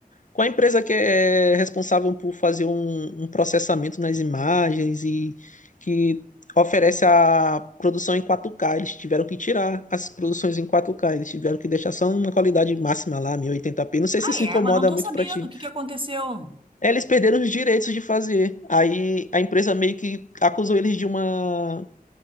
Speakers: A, on the left (about 50°); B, on the right (about 30°).
A: com a empresa que é responsável por fazer um, um processamento nas imagens e que oferece a produção em 4K. Eles tiveram que tirar as produções em 4K. Eles tiveram que deixar só uma qualidade máxima lá, 1080p. Não sei se
B: Ah,
A: isso
B: é?
A: incomoda
B: Mas não tô
A: muito
B: sabendo.
A: pra ti.
B: O que que aconteceu?
A: É, Eles perderam os direitos de fazer. Aí a empresa meio que acusou eles de uma.